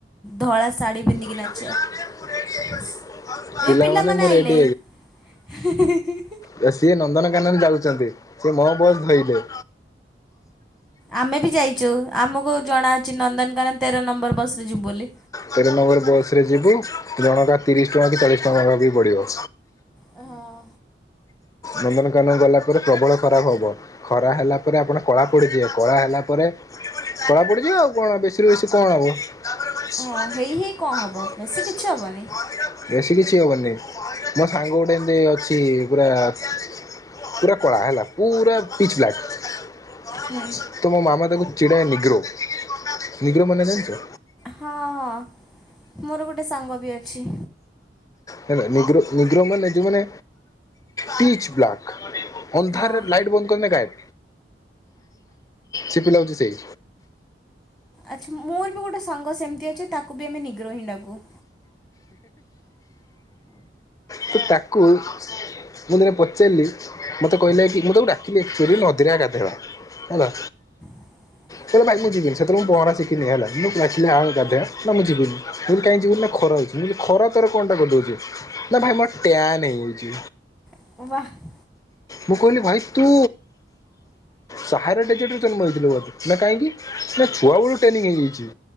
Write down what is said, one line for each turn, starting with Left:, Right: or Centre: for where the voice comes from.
Centre: ଧଳା ଶାଢ଼ୀ ପିନ୍ଧିକି
Left: ପିଲାମାନେ
Centre: ନାଚିବା ଏ ପିଲାମାନେ
Left: ମୁଁ
Centre: ଆଇଲେ
Left: ରେଡି
Centre: ହିଁ ହିଁ ହିଁ
Left: ବେ ସିଏ ନନ୍ଦନ କାନନ ଯାଉଛନ୍ତି ସେ ମୋ ବୋ ଧଇଲେ
Centre: ଆମେ ବି ଯାଇଛୁ ଆମକୁ ଜଣା ଅଛି ନନ୍ଦନକାନନ ତେର ନମ୍ବର ବସରେ ଯିବୁ ବୋଲି
Left: ତେର ନବର ବସ ରେ ଯିବି ଜଣକା ତିରିଶ ଟଙ୍କା କି ଚାଳିଶ ଟଙ୍କା ବି ପଡିବ
Centre: ହଁ
Left: ନନ୍ଦନକାନନ ଗଲା ପରେ ପ୍ରବଳ ଖରାପ ହବ ଖରା ହେଲା ପରେ ଆପଣ କଳା ପଡିଯିବେ କଳା ହେଲା ପରେ କଳା ପଢା ପଡିଯିବ ଆଉ କଣ ବେଶୀରୁ ବେଶୀ କଣ ହବ ତାପରେ କଲି ଶୁଆ
Centre: ହଁ
Left: ଦେଖିବି
Centre: ହେଇ ହେଇ କଣ
Left: ତାଙ୍କେଶ
Centre: ହବ ବେଶୀ କିଛି
Left: <unintelligible>
Centre: ହବନି
Left: ବେଶୀ କିଛି ହବନହିଁ ମୋ ସାଙ୍ଗ ଗୋଟେ ଏମତି ଅଛି ପୁରା ପୁରା କଳା ହେଲା ପୁରା ପିଚ <unintelligible>
Centre: ହୁଁ
Left: ତୁମ ମାମ ତାକୁ ଚିଡାଏ ନିଗ୍ରୋ ନିଗ୍ରୋ ମାନେ ଜାଣିଚ
Centre: ହଁ ହଁ ମୋର ଗୋଟେ ସାଙ୍ଗ ବି ଅଛି
Left: କାଇନା ନିଗ୍ରୋ ନିଗ୍ରୋ ମାନେ ଯୋଉ ମାନେ ପିଚ ବ୍ଲାକ୍ ଅନ୍ଧାରରେ
Centre: ହଁ।
Left: ଲାଇଟ ବନ୍ଦ କରିନ ଗାୟିପ ସେ ପିଲା ହଉଛି ସେଇ
Centre: ଆଚ୍ଛା ମୋର ବି ଗୋଟେ ସଂଘ ସେମିତି ଅଛି ତାକୁ ବି ଆମେ ନିଗ୍ରହ ହିଁ ଡାକୁ
Left: ତ ତାକୁ ମୁଁ ଦିନେ ପଚାରିଲି ମତେ କହିଲେ କି ମୁଁ ତାକୁ ଡାକିଲିଆଚୁଆଲି ନଦୀରେ ଆ ଗାଧେଇବା ହେଲା
Centre: <inaudible>
Left: ହେଲେ ଭାଇ ମୁଁ ଯିବିନି ସେତେବେଳେପହଁରା ଶିଖିନି ହେଲା ମୁଁ <unintelligible> ମୁଁ ଯିବିନିଁ କାହିଁ ଯିବିନି ନା ଖରା ହେଉଛି ମୁଁ କହିଲି ଖରାଟାରେ କଣଟା କରୁଛୁ ନାଁ ଭାଇ ମୋର ଟ୍ୟାନ୍ ହେଇଯାଇଛି
Centre: ୱାହା
Left: ମୁଁ କହିଲି ଭାଇ ତୁ ସାହାରାରେ ଟିକେ୍ ନାଁ କାହିଁକି ନାଁ ଛୁଆ ବେଳୁ ଟ୍ରେନିଂ ହେଇଯାଇଛି